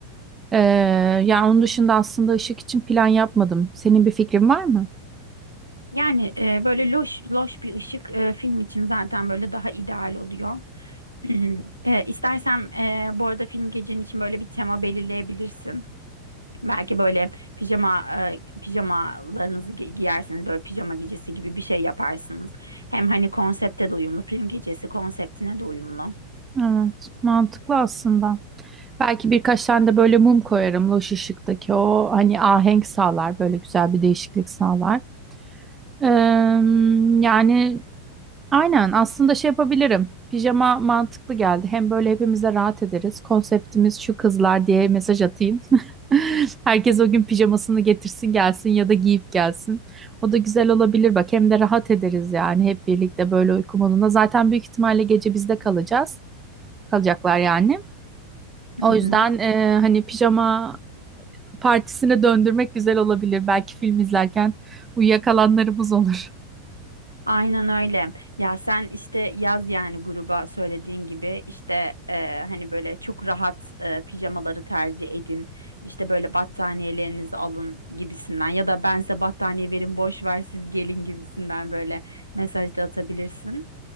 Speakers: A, on the right; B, on the right.
A: Ee, yani onun dışında aslında ışık için plan yapmadım. Senin bir fikrin var mı?
B: Yani e, böyle loş loş bir ışık e, film için zaten böyle daha ideal oluyor. <clears throat> e, istersem e, <clears throat> bu arada film gecenin için böyle bir tema belirleyebilirsin. Belki böyle pijama e, pijamalarınızı gi- giyersiniz böyle pijama gecesi gibi bir şey yaparsınız. Hem hani konsepte de uyumlu film gecesi konseptine de uyumlu.
A: Evet, mantıklı aslında. Belki birkaç tane de böyle mum koyarım. Loş ışıktaki o hani ahenk sağlar. Böyle güzel bir değişiklik sağlar. Eee, yani aynen aslında şey yapabilirim. Pijama mantıklı geldi. Hem böyle hepimiz de rahat ederiz. Konseptimiz şu kızlar diye mesaj atayım. <laughs> Herkes o gün pijamasını getirsin gelsin ya da giyip gelsin. O da güzel olabilir bak. Hem de rahat ederiz yani hep birlikte böyle uyku modunda. Zaten büyük ihtimalle gece bizde kalacağız. Kalacaklar yani.
B: Hı
A: O yüzden
B: hı.
A: eee, hani pijama partisine döndürmek güzel olabilir. Belki film izlerken uyuyakalanlarımız olur
B: Aynen öyle. Ya sen işte yaz yani gruba söylediğin gibi işte e, hani böyle çok rahat e, pijamaları tercih edin. İşte böyle battaniyelerinizi alın gibisinden ya da ben size battaniye verin boş ver siz gelin gibisinden böyle mesaj da atabilirsin.